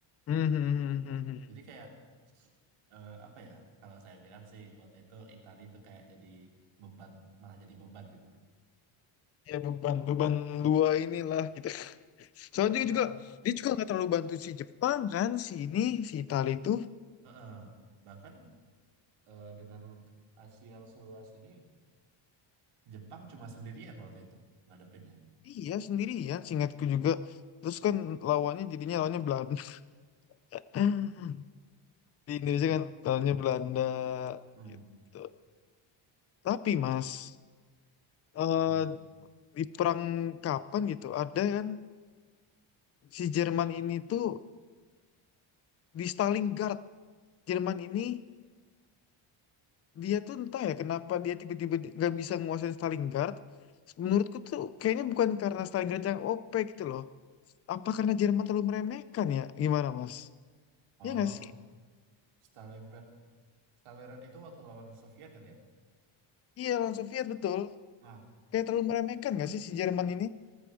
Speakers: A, on the left (about 30°); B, on the right (about 80°).
A: Hmm, hmm, hmm, hmm, hmm.
B: Jadi kayak eh, apa ya? Kalau saya bilang sih waktu itu Italia itu kayak jadi beban, malah jadi beban gitu.
A: ya beban beban dua inilah gitu. Soalnya
B: Heeh.
A: dia juga dia juga nggak terlalu bantu si Jepang kan si ini si Itali itu
B: Heeh. Bahkan eh, dengan Asia yang seluas ini Jepang cuma sendirian waktu itu ngadepinnya.
A: iya sendirian singkatku juga. Terus kan lawannya jadinya lawannya Belanda. <laughs> Di Indonesia
B: Eh,
A: kan lawannya Belanda
B: Hmm.
A: gitu. Tapi Mas eh,
B: Hmm.
A: di perang kapan gitu ada kan si Jerman ini tuh di Stalingrad. Jerman ini dia tuh entah ya kenapa dia tiba-tiba di- nggak bisa nguasain Starling Guard. Menurutku tuh kayaknya bukan karena Starling Guard yang OP gitu loh. Apa karena Jerman terlalu meremehkan ya? Gimana Mas?
B: Oh,
A: Iya nggak sih?
B: Stalingrad Stalingrad itu waktu lawan Soviet kan ya.
A: Iya lawan Soviet betul.
B: Nah,
A: Kayak terlalu meremehkan nggak
B: <clears throat>
A: sih si Jerman ini?